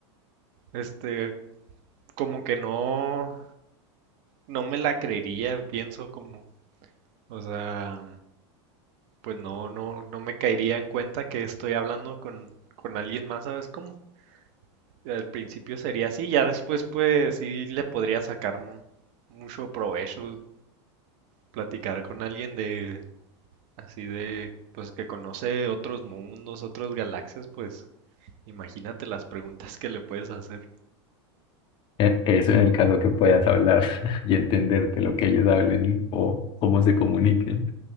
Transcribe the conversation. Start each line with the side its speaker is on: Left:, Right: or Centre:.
Right: este, como que no, no me la creería, pienso como, o sea, pues no, no, no me caería en cuenta que estoy hablando con, con alguien más, ¿sabes cómo? Al principio sería así, ya después pues sí le podría sacar mu- mucho provecho platicar con alguien de, Así de, pues que conoce otros mundos, otras galaxias, pues imagínate las preguntas que le puedes hacer.
Left: E- Eso en el caso que puedas hablar <laughs> y entenderte lo que ellos hablen o cómo se comuniquen.